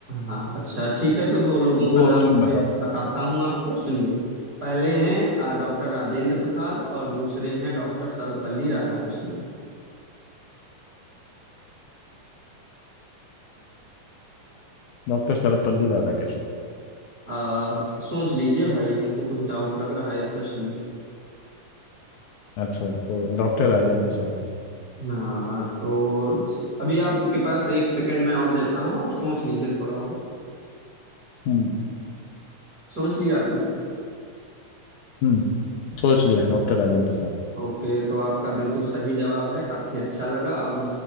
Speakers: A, on the right; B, on the left.
A: हाँ अच्छा ठीक है तो दो लोगों का
B: दो
A: नाम
B: ऑप्शन
A: मैं
B: बताओ
A: बताता हूँ आपको सुनिए पहले हैं डॉक्टर राजेंद्र प्रसाद और दूसरे हैं डॉक्टर सर्वपल्ली राधाकृष्णन
B: डॉक्टर सर्वपल्ली राधाकृष्णन
A: अ, सोच लीजिए भाई हमको कुछ डाउट लग रहा है इस प्रश्न
B: अच्छा तो डॉक्टर राजेंद्र प्रसाद
A: हाँ तो अभी आपके पास एक सेकंड मैं और देता हूँ आप सोच लीजिए थोड़ा और
B: हम्म
A: सोच लिया आपने
B: हम्म सोच लिया डॉक्टर राजेंद्र
A: ओके तो आपका बिल्कुल सही जवाब है काफी अच्छा लगा अब